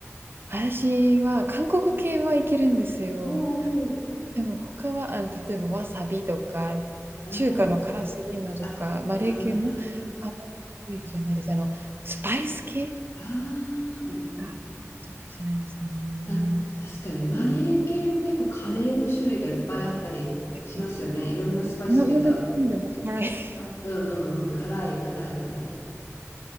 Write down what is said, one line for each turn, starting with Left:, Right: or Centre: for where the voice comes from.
Right: 私は韓国系はいけるんですよ。
Left: おーおーおー
Right: でも他は、あの、例えばわさびとか、
Left: あ
Right: 中華の辛すぎんのとか、
Left: あ、
Right: マレー系もあんまり得意じゃないです。
Left: あ、ああ、
Right: あの、スパイス系
Left: ああ、
Right: があんま得意じゃないですね。
Left: な確かにマレー系も結構カレーの種類がいっぱいあったりしますよね。
Right: なんか、
Left: いろんなスパイス入れた。
Right: ななんでもかんでも辛いほん
Left: あ、うんうんうん。辛い、辛い、辛い。